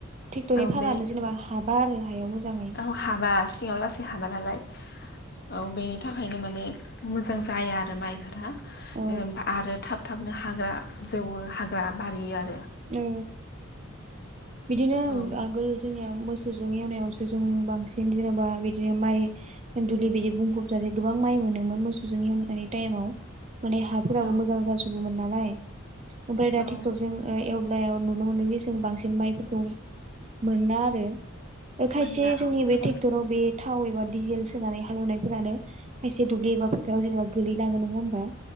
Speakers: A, on the right; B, on the left.
A: ट्रेक्टरनि
B: औ
A: फागानो
B: बे
A: जेनेबा हाबा आरो हायाव मोजाङै ।
B: औ हाबा सिङाव लासै हाबा नालाय औ बेनि थाखाय खायनो माने मोजां जाया आरो माइफोरा
A: औ
B: ओ आरो थाब थाबनो हाग्रा जौवो हाग्रा बारियो आरो‌ ।
A: औ बिदिनो
B: औ
A: आगोल जोंनिया मोसौजों एवनायावसो जोङो बांसिन जेन'बा बिदिनो माइ जों दुलि बिदि बुंफ'ब जासे गोबां माइ मोनोमोन मोसौजों <unintelligible> टाइम आाव माने हाफोराबो
B: औ
A: मोजां जाजोबोमोन नालाय ओमफ्राय दा
B: औ
A: ट्रेक्टरजों एवब्लायाव नुनो मोनो बे जों बांसिन माइफोरखौ मोना आरो। खायसे
B: मोनला
A: जोंनि
B: औ
A: बे
B: खम
A: ट्रेक्टराव बे थाव एबा डिजेल सोनानै हालेवनायफोरानो खायसे दुब्लि एबा फोथाराव जेनेबा गोलैलाङो नङा होमबा